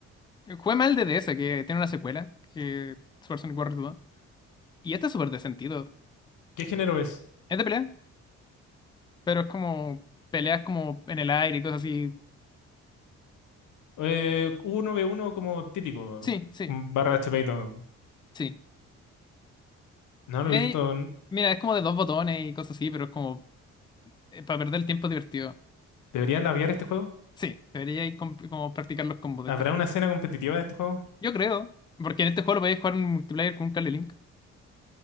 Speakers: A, on the left (about 15°); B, on the left (about 80°).
A: Jugué mal de D S que tiene una secuela, que Super Sonic Warriors 2. Y este es súper de sentido.
B: ¿Qué género es?
A: Es de pelea, pero es como peleas como en el aire y cosas así.
B: Eh, 1v1 como típico.
A: Sí, sí,
B: Barra HP y todo.
A: sí.
B: No lo
A: Eh,
B: he visto.
A: mira, es como de dos botones y cosas así, pero es como eh, para perder el tiempo es divertido.
B: ¿Deberías labiar este juego?
A: Sí, debería ir com- como practicar los combos de
B: ¿Habrá
A: este juego.
B: una escena competitiva de este juego?
A: Yo creo, porque en este juego lo podéis jugar en multiplayer con un cable link.